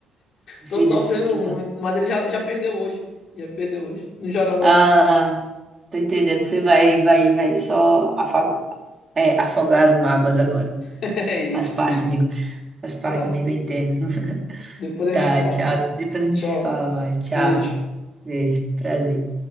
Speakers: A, on the left; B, on the right.
A: Tô
B: Vida
A: sofrendo
B: de sofredor.
A: muito, mas ele já, já perdeu hoje. Já perdeu hoje. Não joga mais
B: Ah,
A: hoje, não.
B: tô entendendo. Você vai, vai, vai só afago- é, afogar as mágoas agora.
A: <laughs> É isso.
B: Faz parte, amigo. Faz parte,
A: Tá.
B: amigo, eu entendo.
A: Depois a
B: Tá,
A: gente fala.
B: tchau. Depois a gente
A: Tchau.
B: se fala mais. Tchau.
A: Beijo.
B: Beijo, prazer.